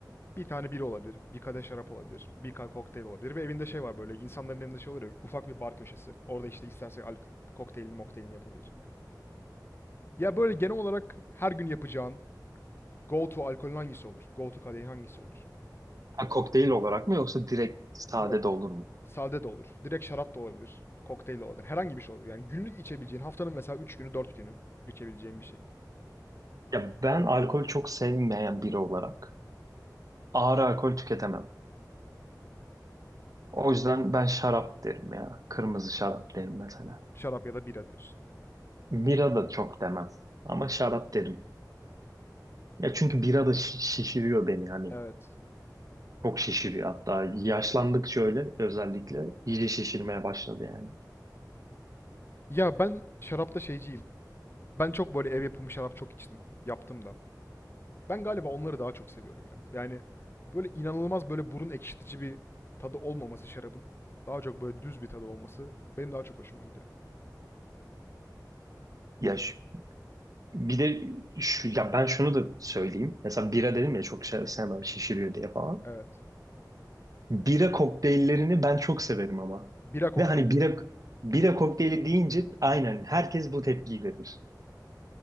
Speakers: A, on the left (about 35°); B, on the right (about 55°).
A: Bir tane biri olabilir, bir kadeh şarap olabilir, bir ka- kokteyl olabilir ve evinde şey var böyle insanların evinde şey olur ya ufak bir bar köşesi. Orada işte isterse al- kokteylini mokteylini yapabilir. Ya böyle genel olarak her gün yapacağın go to alkolün hangisi olur? Go to kadehin hangisi olur?
B: ha, kokteyl olarak mı yoksa direkt sade
A: Yok.
B: de olur mu?
A: Sade de olur. Direkt şarap da olabilir. Kokteyl de olabilir. Herhangi bir şey olabilir. Yani günlük içebileceğin haftanın mesela 3 günü 4 günü içebileceğin bir şey.
B: Ya ben alkol çok sevmeyen biri olarak ağır alkol tüketemem. O yüzden ben şarap derim ya. Kırmızı şarap derim mesela.
A: Şarap ya da bira diyorsun.
B: Bira da çok demem ama şarap derim. Ya çünkü bira da şi- şişiriyor beni hani.
A: Evet.
B: Çok şişiriyor hatta yaşlandıkça öyle özellikle iyice şişirmeye başladı yani.
A: Ya ben şarapta şeyciyim. Ben çok böyle ev yapımı şarap çok içtim. Yaptım da. Ben galiba onları daha çok seviyorum ya. Yani böyle inanılmaz böyle burun ekşitici bir tadı olmaması şarabın. Daha çok böyle düz bir tadı olması benim daha çok hoşuma gidiyor.
B: Yaş. Bir de şu, ya ben şunu da söyleyeyim. Mesela bira dedim ya çok şey sevmem şişiriyor diye falan.
A: Evet.
B: Bira kokteyllerini ben çok severim ama.
A: Bira kokteyli
B: Ve hani
A: mi?
B: bira bira kokteyli deyince aynen herkes bu tepkiyi verir.